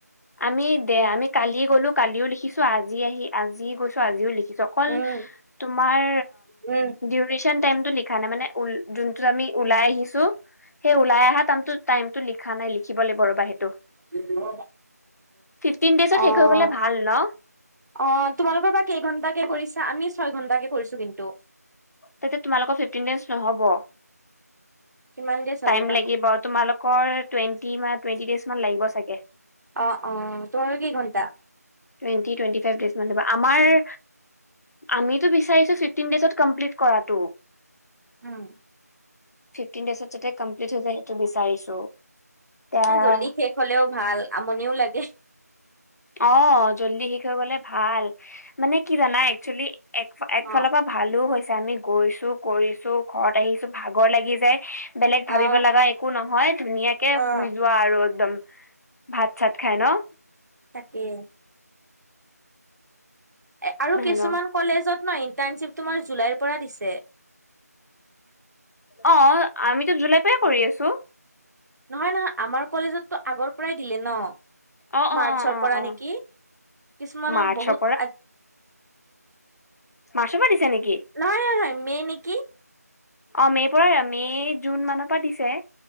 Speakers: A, on the left; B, on the right.
A: আমি দে
B: উম
A: আমি কালি গ'লো কালিও লিখিছো আজি আহি আজি গৈছো আজিও লিখিছো অকল
B: উম
A: তোমাৰ
B: উম
A: দিউৰেচন টাইম টো ানে মান উ আমি ওলাই আহিছো, সেই ওলাই অহা টাইমতটো লিখা নাই লিখিব লাগিব ৰবা সেইটো।
B: উ
A: ফিফটিন ডেইজত
B: অ',
A: শেষ হৈ গ'লে ভাল ন
B: অ' তোমালোকৰ পৰা কেইঘন্ট কে কৰিছে? আমি ছয় ঘন্টাকে কৰিছো কিন্তু।
A: তেতিয়া তোমালোকৰ ফিফটিন ডেজ নহ'ব।
B: কিমান দেৰি চাব
A: টাইম
B: বা
A: লাগিব তোমালোকৰ টুৱেণ্টি টুৱেন্টিজ লাগিব চাগে।
B: অ' অ' তোমাৰো কেই ঘণ্টা?
A: টুৱেন্টি টুৱেন্টি ফাইভ ডেজ আমাৰ আমিতো বিচাৰিছো ফিফটিন ডজত কমপ্লিট কৰাটো।
B: উম।
A: ফিফটপ্লি যাতে কমলিপট হৈ যায় সেইটো বিচাৰিছো। এতিয়া
B: এ জল্দি শেষ হলেও ভাল আমনিও লাগে।
A: অ' জল্দি শেষ হৈ গলে ভাল, মানে কি জানা একচোবেলি এক একফালৰ
B: অ
A: পৰা ভালো হৈছে আমি গৈছো কৰিছো। ঘৰত আহিছো ভাগৰ লাগি যায় বেলেগ ভাবিব
B: অ
A: লগা একো নহয় ধুনীয়াকে
B: অ
A: শুই যোৱা। আৰু একদম ভাত চাত খাই ন।
B: তাকে। এ
A: ন
B: আৰু কিছুমান কলেজত ন ইণ্টাৰ্নশ্বিপ তোমাৰ জুলাইৰ পৰা দিছে।
A: অ' আমিতো জুলাই পৰা কৰি আছো।
B: নহয় নহয় আমাৰ কলেজতো আগৰ পৰাই দিলে ন,
A: অ অ
B: মাৰ্চৰ
A: অ অ
B: পৰা
A: অ
B: নেকি? কিছুমানৰ
A: মাৰ্চৰ
B: বহুত আ
A: মাছৰ পৰা দিছে নেকি?
B: নহয় নহয় নহয় মে নেকি?
A: অ' মেৰ পৰাই মে জুন মানৰ পৰা দিছে।